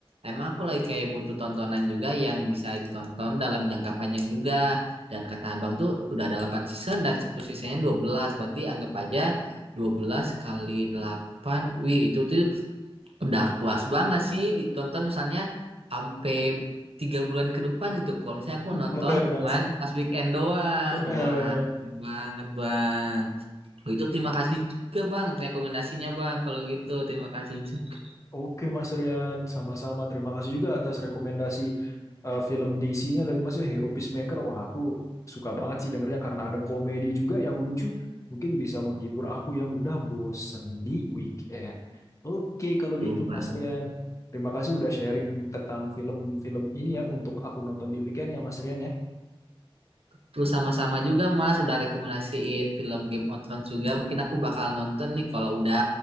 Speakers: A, on the right; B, on the left.
A: emang aku lagi kayak butuh tontonan juga yang bisa ditonton dalam jangka panjang juga. Dan kata Abang tuh udah ada 8 season dan satu seasonnya 12. Berarti anggap aja 12 kali 8. Wih, itu tuh udah puas banget sih ditonton misalnya sampai tiga bulan ke depan itu kalau misalnya aku nonton
B: Benar, Mas.
A: cuman pas weekend doang
B: Benar.
A: wah keren banget bang Oh, itu terima kasih juga bang rekomendasinya bang kalau gitu terima kasih juga
B: Oke Mas Rian, sama-sama. Terima kasih juga atas rekomendasi eh, film DC-nya tadi Mas ya, Hero Peacemaker. Wah aku suka banget sih dengernya karena ada komedi juga yang lucu. Mungkin bisa menghibur aku yang udah bosen di weekend. Oke kalau
A: Tuh,
B: gitu
A: bang
B: Mas Rian, terima kasih udah sharing tentang film-film ini ya untuk aku nonton di weekend ya Mas Rian ya.
A: terus sama-sama juga mas udah rekomendasiin film Game of Thrones juga mungkin aku bakal nonton nih kalau udah